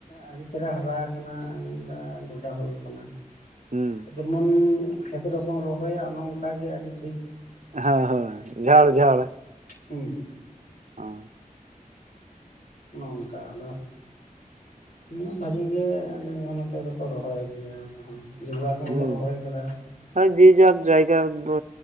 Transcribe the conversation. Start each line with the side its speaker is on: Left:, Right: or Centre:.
Left: ᱟᱹᱰᱤ ᱪᱮᱦᱨᱟ ᱦᱟᱨᱟ ᱟᱠᱟᱱᱟ ᱢᱮᱱ ᱮᱫᱟ ᱜᱚᱰᱟ ᱦᱳᱲᱳ ᱠᱟᱱᱟ᱾
Right: ᱦᱩᱸ
Left: ᱡᱮᱢᱚᱱ ᱠᱷᱮᱛ ᱨᱮᱵᱚᱱ ᱨᱚᱦᱚᱭᱟ ᱚᱱᱮ ᱚᱱᱠᱟ ᱜᱮ ᱟᱹᱰᱤ ᱴᱷᱤᱠ,
Right: ᱦᱮᱸ ᱦᱮᱸ ᱡᱷᱟᱲ ᱡᱷᱟᱲ,
Left: ᱦᱩ,
Right: ᱚ
Left: ᱱᱚᱝᱠᱟ ᱟᱫᱚ᱾ <inaudible> ᱵᱷᱟᱜᱤ ᱜᱮ ᱟᱞᱮ ᱫᱚ ᱱᱚᱛᱮ ᱫᱚᱠᱚ ᱨᱚᱦᱚᱭ ᱜᱮᱭᱟ, ᱦᱚᱸ ᱡᱚᱸᱰᱨᱟ ᱠᱚᱦᱚᱸ
Right: ᱦᱩᱸ
Left: ᱠᱚ ᱨᱚᱦᱚᱭ ᱟᱠᱟᱫᱟ᱾
Right: ᱦᱳᱭ ᱡᱮ ᱡᱟᱨ ᱡᱟᱭᱜᱟ ᱫᱚ